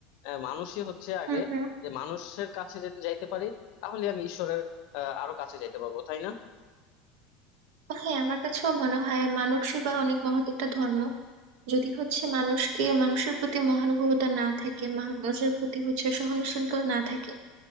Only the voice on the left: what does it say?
আহ, মানুষই হচ্ছে আগে
যে মানুষের কাছে যদি যাইতে পারি তাহলে আমি ঈশ্বরের আহ, আরো কাছে যাইতে পারবো তাই না